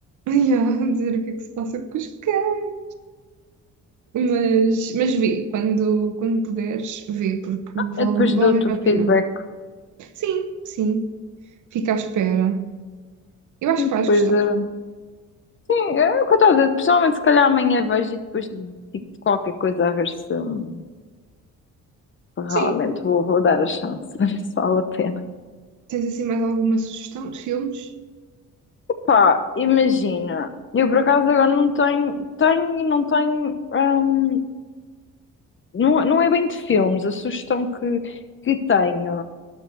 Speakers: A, on the right; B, on the left.
A: ai, há <laughs> dizer o que é que se passa com os cães. Mas, mas vê, quando, quando puderes, vê, porque
B: Eu
A: vale,
B: depois
A: vale
B: dou-te
A: mesmo
B: o
A: a pena.
B: feedback.
A: Sim, sim, fica à espera. Eu acho
B: E
A: que
B: depois,
A: vais gostar.
B: eh, sim, é o que eu estava a dizer. Pessoalmente, se calhar amanhã vejo e depois digo-te qualquer coisa a ver se hum, realmente
A: Sim.
B: vou, vou dar a chance, <laughs> a ver se vale a pena.
A: Tens assim mais alguma sugestão de filmes?
B: Pá, imagina. Eu por acaso agora não tenho, tenho e não tenho hum, não, não é bem de filmes, a sugestão que, que tenho.